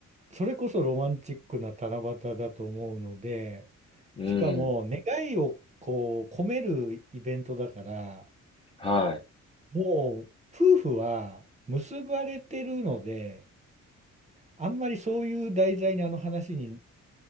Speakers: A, on the right; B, on the left.
A: それこそロマンチックな七夕だと思うので、
B: <laughs> うーん。
A: しかも願いをこう込めるイベントだから、
B: はい。
A: もう夫婦は結ばれてるので、あんまりそういう題材にあの話に